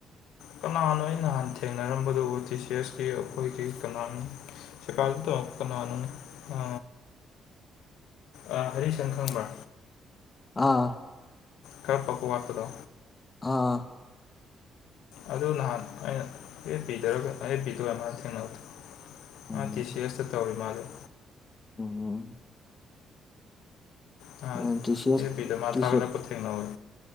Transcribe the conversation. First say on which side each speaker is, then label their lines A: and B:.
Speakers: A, on the left (about 85°); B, on the left (about 25°).
A: ꯀꯅꯥꯅꯣ ꯑꯩ ꯅꯍꯥꯟ ꯊꯦꯡꯅꯔꯝꯕꯗꯨ ꯑꯣ ꯇꯤ ꯁꯤ ꯑꯦꯁꯀꯤ ꯑꯩꯈꯣꯏꯒꯤ ꯀꯅꯥꯅꯣ ꯁꯀꯥ ꯊ ꯀꯅꯥꯅꯅ ꯑ ꯑ ꯍꯔꯤꯁꯟ ꯈꯪꯕ꯭ꯔ
B: ꯑꯥ
A: ꯈꯔ ꯐꯕ ꯋꯥꯠꯄꯗꯣ
B: ꯑꯥ
A: ꯑꯗꯨ ꯅꯍꯥꯟ ꯑꯩꯅ ꯑꯦꯐ ꯕꯤꯗꯔꯒ ꯑꯦꯐ ꯕꯤꯗ ꯑꯣꯏꯃꯥꯟ ꯊꯦꯡꯅꯕꯗꯣ
B: ꯎꯝ
A: ꯑ ꯇꯤ ꯁꯤ ꯑꯦꯁ ꯇ ꯇꯧꯏ ꯃꯥꯜꯂ‌ꯦ
B: ꯎꯝ
A: ꯅꯍꯥꯟ
B: ꯑ ꯇꯤ ꯁꯤ ꯑꯦꯁ
A: ꯑꯦꯜ ꯄꯤꯗ ꯃꯥ
B: ꯇꯁ
A: ꯊꯥꯒꯠꯂꯛꯄ ꯊꯦꯡꯅꯍꯧꯋꯦ